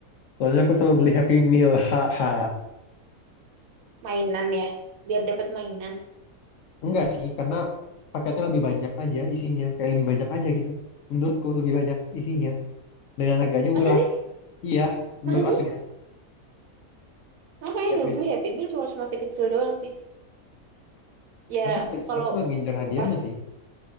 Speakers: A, on the left (about 65°); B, on the right (about 70°).
A: soalnya aku selalu beli Happy Meal <laughs> haha
B: mainan ya, biar dapat mainan.
A: Enggak sih, karena paketnya lebih banyak aja isinya. Kayak lebih banyak aja gitu. Menurutku lebih banyak isinya. Dengan harganya
B: Masa
A: murah.
B: sih?
A: Iya, menurut
B: Masa sih?
A: aku ya.
B: Aku kayaknya
A: Harganya.
B: dulu beli Happy Meal cuma masih kecil doang sih. Ya
A: Aku
B: kalau
A: aku nggak ngincer hadiahnya
B: pas
A: sih.